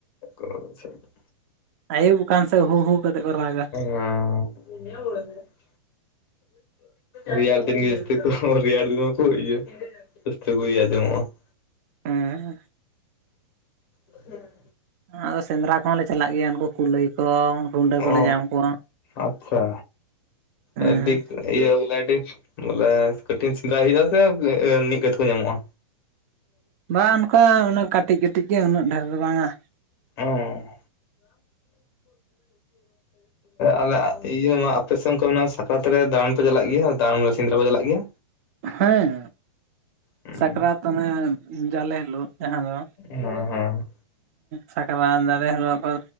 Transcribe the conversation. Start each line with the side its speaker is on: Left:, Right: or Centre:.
Left: ᱚ ᱟᱪᱪᱷᱟ ᱾
Right: ᱟᱹᱭᱩᱵ ᱠᱟᱱᱟ ᱥᱮ ᱦᱩ ᱦᱩ ᱠᱟᱛᱮᱫ ᱠᱚ ᱨᱟᱜᱟ ᱾
Left: ᱦᱮᱸ ᱾ ᱨᱮᱭᱟᱲ ᱫᱤᱱ ᱜᱮ ᱡᱟᱥᱛᱤ ᱠᱚ ᱨᱮᱭᱟᱲ ᱫᱤᱱ ᱢᱟ ᱠᱚ ᱤᱭᱟᱹ ᱾ ᱡᱟᱥᱛᱤ ᱦᱩ ᱟᱡᱚᱢᱚᱜ-ᱟ ᱾
Right: ᱦᱮᱸ ᱾
Left: ᱦᱮᱸ <inaudible>
Right: ᱟᱫᱚ ᱥᱮᱸᱫᱽᱨᱟ ᱠᱚᱦᱚᱸ ᱞᱮ ᱪᱟᱞᱟᱜ ᱜᱮᱭᱟ ᱩᱱᱠᱩ ᱠᱩᱞᱟᱹᱭ ᱠᱚ ᱨᱩᱰᱟᱹ ᱠᱚᱞᱮ
Left: ᱚ
Right: ᱧᱟᱢ ᱠᱚᱣᱟ
Left: ᱟᱪᱪᱷᱟ
Right: ᱦᱮᱸ
Left: ᱟᱹᱰᱤ- ᱤᱭᱟᱹ ᱚᱱᱠᱟᱭ ᱟᱹᱰᱤ ᱵᱚᱞᱮ ᱠᱟᱴᱤᱱ ᱥᱮᱸᱫᱽᱨᱟᱭ ᱦᱩᱭᱩᱜ ᱟ ᱥᱮ ᱱᱤᱝᱠᱟᱛᱮ ᱠᱚ ᱧᱟᱢᱚᱜ-ᱟ᱾
Right: ᱵᱟᱝ ᱚᱱᱠᱟ ᱚᱱᱟ ᱠᱟᱹᱴᱤᱡ ᱠᱟᱹᱴᱤᱡ ᱜᱮ ᱩᱱᱟᱹᱜ ᱰᱷᱮᱨ ᱫᱚ ᱵᱟᱝᱟ᱾
Left: ᱮᱸ ᱟᱞᱮ ᱤᱭᱟᱹ ᱢᱟ ᱟᱯᱮ ᱥᱮᱱ ᱠᱚ ᱢᱮᱱᱟᱜ ᱟᱛᱚ ᱨᱮ ᱫᱟᱲᱟᱱ ᱯᱮ ᱪᱟᱞᱟᱜ ᱜᱮᱭᱟ ᱫᱟᱲᱟᱱ ᱨᱮ ᱥᱮᱸᱫᱽᱨᱟ ᱯᱮ ᱪᱟᱞᱟᱜ ᱜᱮᱭᱟ?
Right: ᱦᱮᱸ
Left: ᱦᱮᱸ
Right: ᱥᱟᱠᱨᱟᱛ ᱚᱱᱮ ᱡᱟᱞᱮ ᱦᱤᱞᱳᱜ ᱡᱟᱦᱟᱸ ᱫᱚ
Left: ᱦᱮᱸ
Right: ᱥᱟᱠᱨᱟᱛ ᱡᱟᱞᱮ ᱦᱤᱞᱳᱜ ᱠᱚ